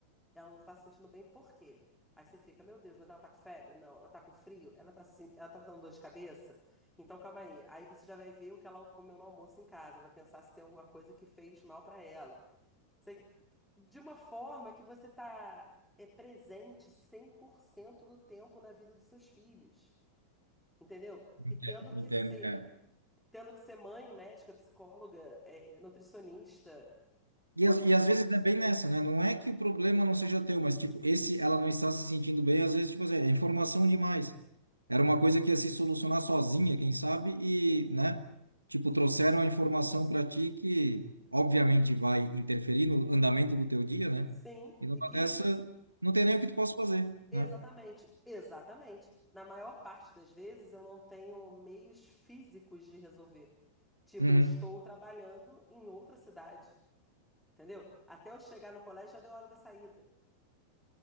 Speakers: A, in the centre; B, on the right.
A: Ela não tá se sentindo bem, por quê? Aí você fica, meu Deus, mas ela tá com febre? Não, ela tá com frio? Ela tá, se- ela tá dando dor de cabeça? Então calma aí. Aí você já vai ver o que ela comeu no almoço em casa, pra pensar se tem alguma coisa que fez mal pra ela. Você, de uma forma que você tá é presente 100% do tempo na vida dos seus filhos, entendeu?
B: Entendo,
A: E tendo que
B: entendo.
A: ser,
B: é.
A: tendo que ser mãe, médica, psicóloga, é, nutricionista
B: E,
A: tudo.
B: às- e às vezes é bem nessa, né? Não é que o problema não seja teu, mas tipo, esse ela não está se sentindo bem, às vezes, tipo assim, é informação demais. Era uma coisa que ia se solucionar sozinha, quem sabe, e, né? Tipo, trouxeram a informação para ti que obviamente vai interferir no andamento do teu dia, né?
A: Sim.
B: E numa
A: E que.
B: dessa, não tem
A: e-
B: nem o que tu possa fazer,
A: Exatamente,
B: né?
A: exatamente. Na maior parte das vezes eu não tenho meios físicos de resolver. Tipo,
B: Uhum.
A: eu estou trabalhando em outra cidade, entendeu? Até eu chegar no colégio já deu a hora da saída,